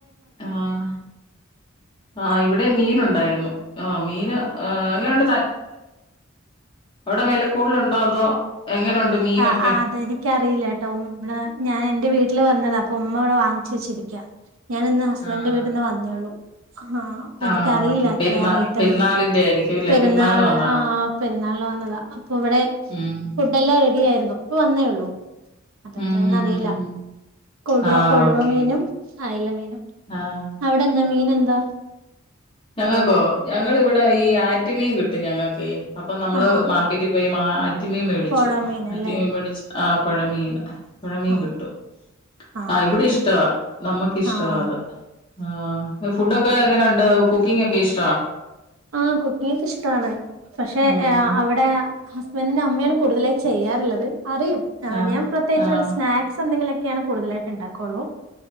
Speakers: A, on the left; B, on the right.
A: ആഹ് ആഹ് ഇവിടെ മീൻ ഒണ്ടായിരുന്നു ആഹ് മീന് എങ്ങനൊണ്ട് ത അവിട വെലക്കൂട്ലൊണ്ടോ അതോ എങ്ങനെയുണ്ട് മീനൊക്കെ
B: ആഹ് അതെനിക്കറിയില്ലാട്ടോ <unintelligible> ഞാൻ എന്റെ വീട്ടില് വന്നതാ പ്പൊ ഉമ്മവ്ട വാങ്ങിച്ച് വെച്ചിരിക്കാ ഞാനിന്ന് ഹസ്ബൻഡിന്റെ
A: ആഹ്
B: വീട്ടിൽന്ന് വന്നേള്ളൂ ആഹ് അപ്പെനിക്കറിയില്ല
A: ആഹ് ഓക്കെ
B: എത്രയാ
A: പെരുന്നാ
B: റേറ്റെന്ന്
A: പെരുന്നാളിന്റെ ആയിരിക്കും ഇല്ലേ
B: പെരുന്നാള്
A: പെരുന്നാളിന് വന്നാണോ
B: ആഹ് പെരുന്നാള്ന് വന്നതാ അപ്പൊ ഇവിടെ
A: ഉം
B: ഫുഡെല്ലാം റെ ടിയാരുന്നു ഇപ്പ വന്നേയു ള്ളൂ അപ്പത്രേന്നറിയില്ല
A: ഉം ഉം ഉം ഉം
B: കൊഴുവ
A: ആഹ്
B: കൊഴുവ
A: ഓക്കെ
B: മീനും
A: ഓക്കെ
B: അയ്ലമീനും
A: ആഹ്
B: അവിടെന്താ മീൻ എന്താ
A: ഞങ്ങക്കോ ഞങ്ങളിവടെ ഈ അ ആറ്റ്മീൻ കിട്ടും ഞങ്ങക്കെ അപ്പൊ നമ്മള്
B: ആഹ്
A: മാർക്കറ്റി പോയി മാ റ്റിമീം മേടിച്ചു
B: പുഴ മീനല്ലേ
A: അറ്റിമീം മേടിച്ച് ആഹ് പൊഴമീൻ പുഴമീകിട്ടും
B: ആഹ് ആഹ്
A: ആ ഇവിടിഷ്ടവാ നമ്മക്കിഷ്ടവാ
B: ആഹ്
A: അത് ആഹ് ഫുഡൊക്കെ എങ്ങനൊണ്ട ക്കിങ്ങൊക്കെഷ്
B: ആഹ് കുക്കിംഗ്ക്ക ഇഷ്ടാണ് പക്ഷെ
A: മ്മ്.
B: ഏ അ അവടെ ഹസ്ബൻഡിന്റ അമ്മയാണ് കൂടുതലായി ചെയ്യാറ്ള്ളത് അറിയും
A: ആഹ്
B: ഞാൻ പ്രത്യേച്ച്
A: ആഹ്.
B: വല്ല സ്നാക്സ് എന്തെങ്കിലെ ക്കെയാണ് കൂടുതലായിട്ടിണ്ടാക്കുള്ളൂ